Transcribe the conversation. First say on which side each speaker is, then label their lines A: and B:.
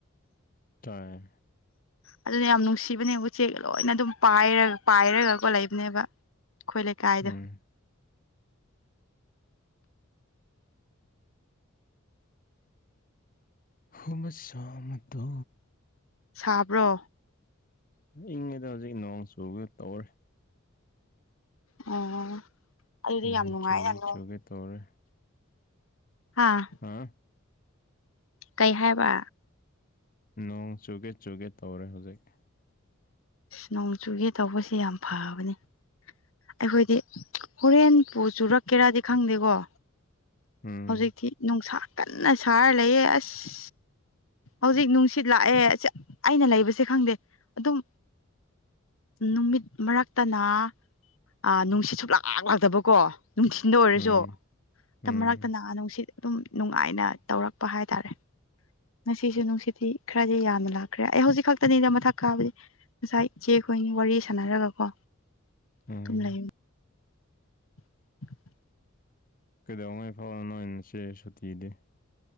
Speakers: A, on the left; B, on the left.
A: ꯇꯏꯑꯦ
B: ꯑꯗꯨꯅꯦ ꯌꯥꯝ ꯅꯨꯡꯁꯤꯕꯅꯦ ꯎꯆꯦꯛ ꯂꯣꯏꯅ ꯑꯗꯨꯝ ꯄꯥꯏꯔ ꯄꯥꯏꯔꯒꯀꯣ ꯂꯩꯕꯅꯦꯕ ꯑꯩꯈꯣꯏ ꯂꯩꯀꯥꯏꯗꯨ
A: ꯎꯝ ꯍꯨꯃ ꯁꯃꯗꯣ
B: ꯁꯥꯕ꯭ꯔꯣ
A: ꯏꯪꯉꯤꯗ ꯍꯧꯖꯤꯛ ꯅꯣꯡ ꯆꯨꯕ ꯇꯧꯔꯦ
B: ꯑꯣ ꯑꯗꯨꯗꯤ
A: ꯅꯣꯡ
B: ꯌꯥꯝ ꯅꯨꯡꯉꯥꯏꯅ
A: ꯆꯨꯔꯤ
B: ꯅꯣꯡ
A: ꯆꯨꯒꯦ ꯇꯧꯔꯦ
B: ꯍꯥꯥ
A: ꯍꯥꯥ
B: ꯀꯩ ꯍꯥꯏꯕ
A: ꯅꯣꯡ ꯆꯨꯒꯦ ꯆꯨꯒꯦ ꯇꯧꯔꯦ ꯍꯧꯖꯤꯛ
B: ꯅꯣꯡꯆꯨꯒꯦ ꯇꯧꯕꯁꯦ ꯌꯥꯝ ꯐꯕꯅꯤ ꯑꯩꯈꯣꯏꯗꯤ ꯍꯣꯔꯦꯟ ꯄꯨ ꯆꯨꯔꯛꯀꯦꯔꯥꯗꯤ ꯈꯪꯗꯦꯀꯣ
A: ꯎꯝ
B: ꯍꯧꯖꯤꯛꯇꯤ ꯅꯨꯡꯁꯥ ꯀꯟꯅ ꯁꯥꯔ ꯂꯩꯌꯦ ꯑꯁ ꯍꯧꯖꯤꯛ ꯅꯨꯡꯁꯤꯠ ꯂꯥꯛꯑꯦ ꯑꯩꯅ ꯂꯩꯕꯁꯦ ꯈꯪꯗꯦ ꯑꯗꯨꯝ ꯅꯨꯃꯤꯠ ꯃꯔꯛꯇꯅ ꯑꯥ ꯅꯨꯡꯁꯤꯠ ꯁꯨꯛꯂꯥꯛ ꯂꯥꯛꯇꯕꯀꯣ ꯅꯨꯡꯊꯤꯟꯗ ꯑꯣꯏꯔꯁꯨ
A: ꯎꯝ ꯎꯝ
B: ꯃꯔꯛꯇꯅ ꯅꯨꯡꯁꯤꯠ ꯑꯗꯨꯝ ꯅꯨꯡꯉꯥꯏꯅ ꯇꯧꯔꯛꯄ ꯍꯥꯏꯇꯥꯔꯦ ꯉꯁꯤꯁꯨ ꯅꯨꯡꯁꯤꯠꯇꯤ ꯈꯔꯗꯤ ꯌꯥꯝꯅ ꯂꯥꯛꯈ꯭ꯔꯦ ꯑꯩ ꯍꯧꯖꯤꯛ ꯈꯛꯇꯅꯤꯗ ꯃꯊꯛ ꯀꯥꯕꯗꯤ ꯉꯁꯥꯏ ꯏꯆꯦꯈꯣꯏꯅꯤ ꯋꯥꯔꯤ ꯁꯥꯟꯅꯔꯒꯀꯣ
A: ꯎꯝ
B: ꯑꯗꯨꯝ ꯂꯩ <unintelligible>
A: ꯀꯩꯗꯉꯩ ꯐꯥꯎꯕ ꯅꯣꯏ ꯅꯆꯦ ꯁꯨꯇꯤꯗꯤ